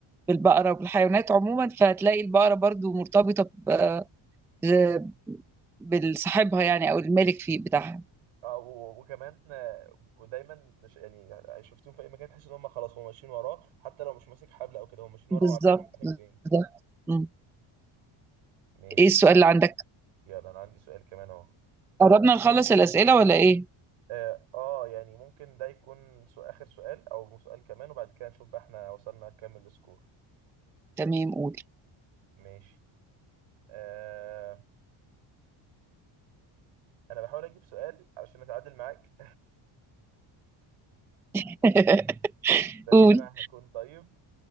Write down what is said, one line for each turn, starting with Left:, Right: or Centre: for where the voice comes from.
Centre: بالبقرة وبالحيوانات عموما فهتلاقي البقرة برضو مرتبطة ب- ب- بالصاحبها يعني أو الملك فيه بتاعها
Right: اه و- وكمان آه، ودايما ده ش- يعني شفتهم في اي مكان تحس ان هم خلاص هم ماشيين وراه حتى لو مش ماسك حبل او كده هم ماشيين
Centre: بالظبط
Right: وراه وعارفين هم رايحين
Centre: بالظبط
Right: فين
Centre: مم.
Right: ماشي
Centre: ايه السؤال اللي عندك
Right: يلا انا عندي سؤال كمان اهو
Centre: قربنا نخلص الأسئلة ولا ايه
Right: اه آه، يعني ممكن ده يكون سو- اخر سؤال او سؤال كمان وبعد كده نشوف بقى احنا وصلنا كام السكور
Centre: تمام قول
Right: ماشي آه انا بحاول اجيب سؤال علشان اتعادل معاك
Centre: <laughs>
Right: <laughs> بس
Centre: قول
Right: انا هكون طيب